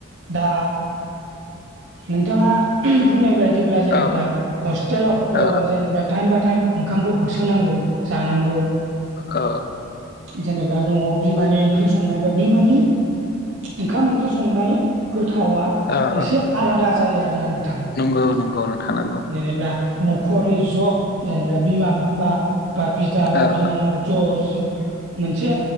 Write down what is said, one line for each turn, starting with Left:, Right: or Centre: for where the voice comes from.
Right: दा नोंथाङा बुंनाय बाय बदिब्ला जेनेबा
Left: औ
Right: हस्टेलावथ'
Left: औ
Right: जेनेबा टाइम बाय टाइम ओंखामखौ होसोनांगौ। जानांगौ।
Left: औ
Right: जेनेब्ला न'आव बिमानि ओंख्रि संनाय बा बिमानि ओंखाम ओंख्रि संनाय गोथावा
Left: औ
Right: एसे आलादा जायो आरोना नोंथां।
Left: नंगौ नंगौ नोंथां नंगौ।
Right: जेनेबा न'खरै ज' ओनब्ला बिमा बिफा बा बिदा बा
Left: औ
Right: बिनानाव
Left: औ
Right: ज' ज' मोनसे